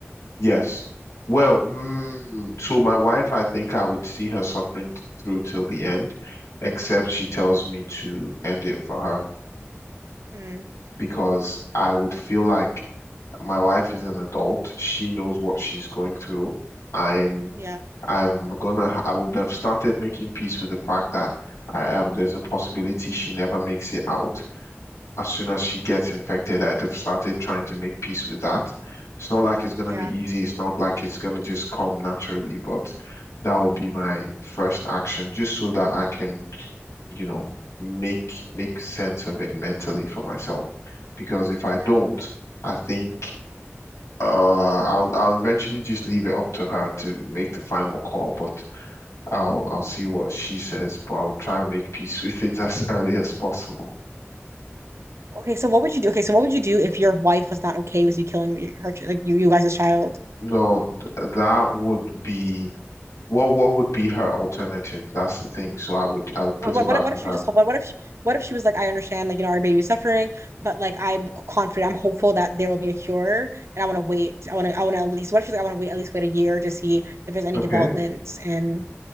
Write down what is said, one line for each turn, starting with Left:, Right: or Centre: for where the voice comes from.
Left: Yes. Well, mm, so my wife, I think I would see her suffering t- through till the end, except she tells me to end it for her
Right: Mm,
Left: because I would feel like my wife is an adult. She knows what she's going through. I'm
Right: yeah.
Left: I'm gonna ha- I would have started making peace with the fact that I am there's a possibility she never makes it out as soon as she gets infected, I'd have started trying to make peace with that. It's not like it's going
Right: Yeah.
Left: to be easy. It's not like it's going to just come naturally, but that will be my first action just so that I can, you know, make make sense of it mentally for myself. Because if I don't,
Right: Yeah.
Left: I think uh, I'll I'll eventually just leave it up to her to make the final call, but I'll I'll see what she says, but I'll try and make peace <laughs> with it as early as possible.
Right: Okay, so what would you do? Okay, so what would you do if your wife was not okay with you killing your- her, chi- like you, you guys' child?
Left: No, th that would be what what would be her alternative? That's the thing. So I would I would put
Right: What, what,
Left: it back
Right: what if, what
Left: to
Right: if
Left: her.
Right: she just what, what if she, what if she was like I understand like you know our baby's suffering but like I'm confident I'm hopeful that there will be a cure and I want to wait I want to I want to at least what if she's like I want to wait at least wait a year to see if there's any
Left: Okay.
Right: developments and